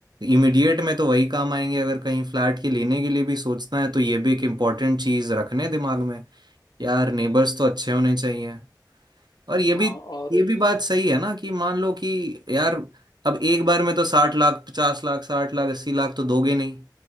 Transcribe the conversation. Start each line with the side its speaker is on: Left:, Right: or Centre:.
Right: इमिडिएट में तो वही काम आएंगे अगर कहीं फ्लैट के लेने के लिए भी सोचना है तो ये भी एक इम्पोर्टेंट चीज रखने दिमाग में यार नेबर्स तो अच्छे होने चाहिए और ये
Left: हाँ
Right: भी
Left: और
Right: ये भी
Left: दू-
Right: बात सही है ना कि मान लो कि यार अब एक बार में तो साठ लाख पचास लाख साठ लाख अस्सी लाख तो दोगे नहीं